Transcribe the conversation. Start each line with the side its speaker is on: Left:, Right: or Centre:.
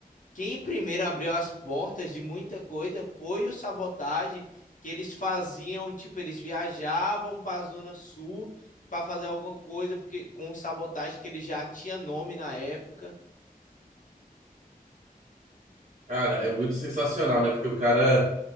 Left: Quem primeiro abriu as portas de muita coisa foi o Sabotagem, que eles faziam, tipo, eles viajavam para a Zona Sul para fazer alguma coisa, porque com o Sabotagem, que ele já tinha nome na época.
Right: Cara, é muito sensacional, né? Porque o cara